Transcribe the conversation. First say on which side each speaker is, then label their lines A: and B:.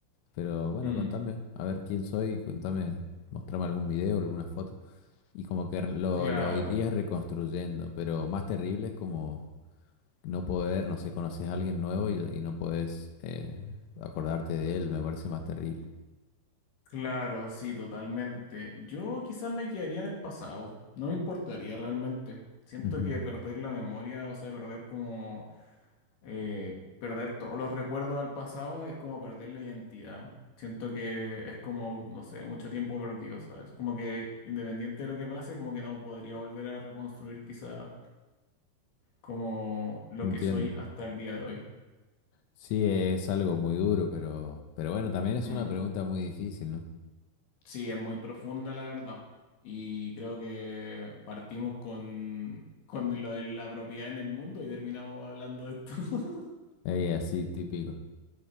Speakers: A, on the left; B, on the left.
A: pero bueno,
B: mm.
A: contame, a ver quién soy, contame, mostrame algún video, alguna foto. Y como que lo,
B: Claro,
A: lo irías reconstruyendo, pero más terrible es como no poder, no sé, conoces a alguien nuevo y, y no podés eh, acordarte de él, me parece más terrible.
B: claro, sí, totalmente. Yo quizás me quedaría en el pasado, no me importaría realmente. Siento
A: Ujú.
B: que perder la memoria, o sea, perder como, eh, perder todos los recuerdos al pasado es como perder la identidad. Siento que es como, no sé, mucho tiempo perdido, ¿sabes? Como que independiente de lo que pase, como que no podría volver a reconstruir quizás como lo
A: Entiendo.
B: que soy hasta el día de hoy.
A: Sí, es algo muy duro, pero, pero bueno, también es
B: Mm.
A: una pregunta muy difícil, ¿no?
B: Sí, es muy profunda la verdad. Y creo que partimos con, con lo de la propiedad en el mundo y terminamos hablando de esto. <laughs>
A: Es así típico.